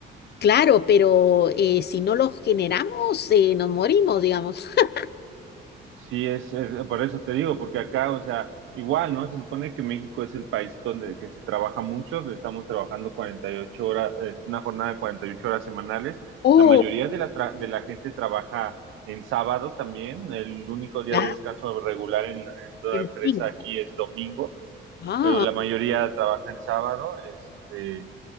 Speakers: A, on the left; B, on the right.
A: claro, pero eh, si no los generamos, eh, nos morimos, digamos. <laughs>
B: Sí, es, es- por eso te digo, porque acá, o sea, igual, ¿no? Se supone que México es el país donde que se trabaja mucho, estamos trabajando 48 horas, es una jornada de 48 horas semanales.
A: Oh,
B: La mayoría de la, tra- de la gente trabaja en sábado también, el único día
A: claro,
B: de descanso regular en, en toda
A: el
B: empresa
A: pino.
B: aquí es domingo,
A: Ah,
B: pero la mayoría trabaja en sábado, este,